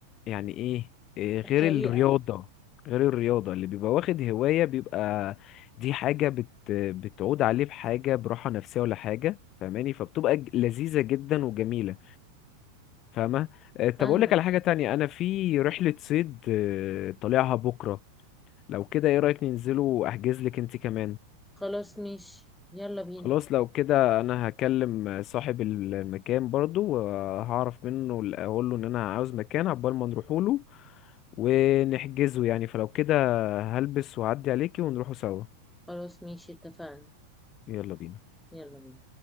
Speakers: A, on the left (about 35°); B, in the centre.
A: يعني ايه إيه، غير
B: حقيقة
A: الرياضة غير الرياضة اللي بيبقى واخد هواية بيبقى دي حاجة بت بتعود عليه بحاجة براحة نفسية ولا حاجة فهماني فبتبقى ج- لذيذة جدا وجميلة فاهمة آه، طب
B: فاهمة
A: أقول لك على حاجة تانية أنا في رحلة صيد آه، طالعها بكرة لو كده ايه رأيك ننزله وأحجز لك انت كمان
B: خلاص ماشي يلا بينا
A: خلاص لو كده انا هكلم صاحب المكان برضو وهعرف منه اقول له ان انا عاوز مكان عقبال ما نروحوا له ونحجزه يعني فلو كده هلبس وأعدي عليكي ونروحوا سوا
B: خلاص ماشي اتفقنا
A: يلا بينا
B: يلا بينا